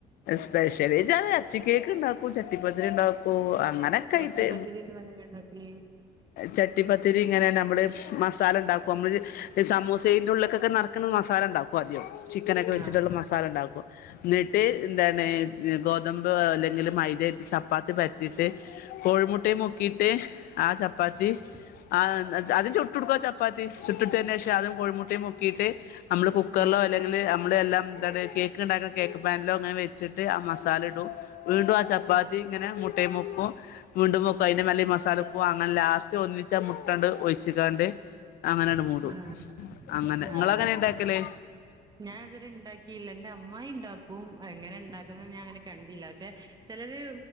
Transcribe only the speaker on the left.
സ്പെഷ്യല് <unintelligible> ഇറച്ചി കേക്ക് ഉണ്ടാക്കൂ ചട്ടിപ്പത്തിരി ഉണ്ടാക്കൂ അങ്ങനൊക്കെ
ആയിട്ട്
ചട്ടിപ്പത്തിരി ഇങ്ങനെ നമ്മള് മസ് ഉണ്ടാക്കും നമ്മ സമൂസേന്റെറ ഉള്ളിലക്കൊക്കെ നറക്ക്ണ മസാല ഉണ്ടാക്കും ആദ്യം ചിക്കനൊക്കെ വെച്ചിട്ടുള്ള
മസാല ണ്ടാക്കും എന്നിട്ട്
എന്താണ് ഗോതമ്പ് അല്ലെങ്കിൽ മൈദായിട്ട് ചപ്പാത്തി പരത്തിയിട്ട് കോഴിമുട്ടയും മുക്കിയിട്ട് ആ ചപ്പാത്തി
ആ അതി ചുട്ട്ടുക്കുവ ചപ്പ ചുട്ടിട്ട് തന്നന് ശേഷം അതും കോഴിമുട്ടയും മുക്കിയിട്ട് നമ്മള് കുക്കറിലോ
അല്ലെങ്കിൽ നമ്മള എല്ലാം എ കേക്ക് ഉണ്ടാക്കുന്ന കേക്ക് പാനിലോ അങ്ങനെ വെച്ചിട്ട് ആ മസാല ഇടും വീണ്ടും ആ ചപ്പാത്തി
ഇങ്ങനെ മു മുട്ടയും മുക്കും വീണ്ടും മുക്കും അതിന്റെ മല്ല മസാല പും അങ്ങനെ ലാസ്റ്റ് ഒന്നിച്ചാ മുട്ടണ്ട് ഒഴിച്ചിക്കാണ്ട് അങ്ങനെട് മൂടും
അങ്ങനെ നിങ്ങ
എങ്ങനെ ഇണ്ടാക്കല്